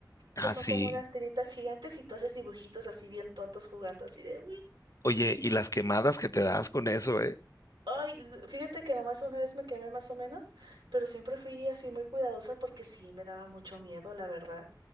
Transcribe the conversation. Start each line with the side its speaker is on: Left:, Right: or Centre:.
Left: Ah,
Right: que son
Left: sí.
Right: como unas tiritas gigantes y tú haces dibujitos así bien tontos jugando así de, uy.
Left: Oye, y las quemadas que te das con eso, ¿eh?
Right: Ay, s- fíjate que nomás una vez me quemé más o menos, pero siempre fui así muy cuidadosa porque sí me daba mucho miedo, la verdad.